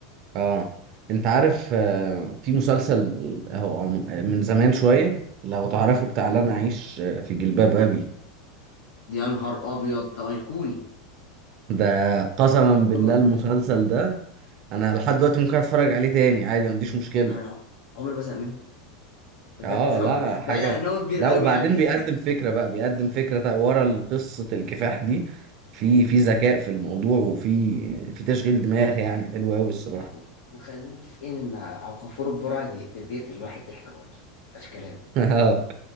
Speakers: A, on the right; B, on the left.
A: اه انت عارف آه، في مسلسل آه، هو عم- آه، من زمان شوية لو تعرفه بتاع لن أعيش آه، في جلباب أبي
B: دي يا نهار أبيض ده أيقوني
A: ده قسما
B: ده أيقوني ده
A: بالله
B: أيقوني وأيقوني.
A: المسلسل ده انا لحد دلوقتي ممكن اتفرج عليه تاني عادي ما عنديش مشكله
B: أنا عمري ما بزهق منه بجد
A: اه
B: <laughs>
A: لا
B: عمري-
A: حاجه
B: بعيد عن إن هو كبير
A: لا
B: قوي
A: وبعدين
B: يعني
A: بيقدم فكره بقى بيقدم فكره تا- ورا قصه الكفاح دي في في ذكاء في الموضوع وفي في تشغيل دماغ يعني حلو قوي الصراحه
B: لا وخلينا متفقين ان ابو غفور البرعي بيقتل بيقتل الواحد ضحك برضه مفيهاش كلام
A: <laughs> اه